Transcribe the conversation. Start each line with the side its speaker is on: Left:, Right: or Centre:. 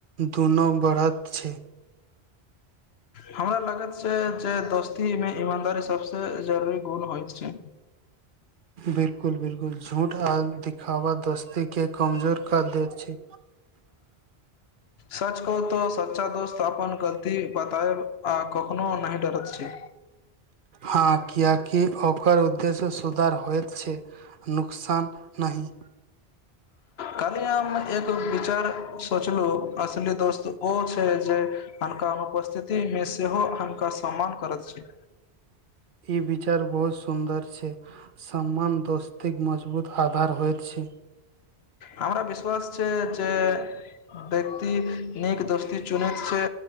Right: दुनू बढ़त छै
Left: हमरा लगत छै जे दोस्ती में ईमानदारी सबसँ जरूरी गुण होइत छै।
Right: बिलकुल बिलकुल झूठ आ दिखावा दोस्ती के कमजोर कर दैत छै
Left: सच कहु तो सच्चा दोस त अपन गलती बताएब आ कखनो नहि डरैत छै।
Right: हँ कियाकि ओकर उद्देश्य सुधार होइत छै नुकसान नहि।
Left: काल ही हम एगो विचार सोचलहुँ असली दोस्त ओ छै जे हअनका अनुपस्थिति मे सेहो हअनका सम्मान करत छै।
Right: ई विचार बहुत सुन्दर छै सम्मान दोस्तीक मजबूत आधार होयत छै।
Left: हमरा विश्वास छै जे व्यक्ति नीक दोस्ती चुनैत छै